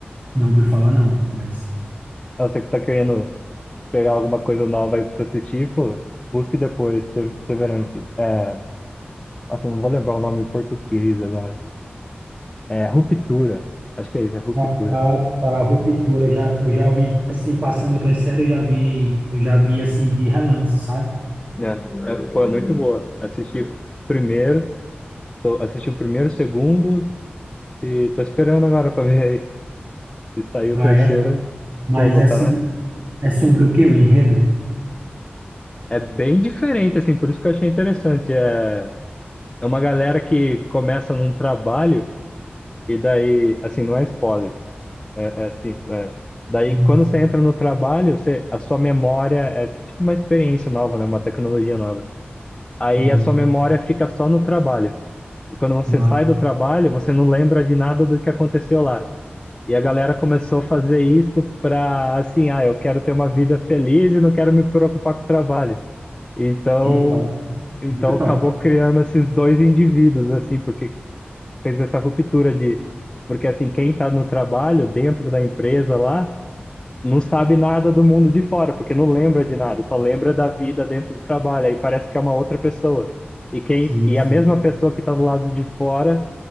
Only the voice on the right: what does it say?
não ouvi falar não dessa.
Ah, ah, tá, Ruptura, eu já, eu já ouvi, assim, passando outras séries, eu já vi, eu já vi, assim, de relance, sabe?
Ah,
é? Mas,
assim,
é sobre o que o enredo?
Hum,
hum,
mas,
que top.
Muito
top.
Sim,
sim.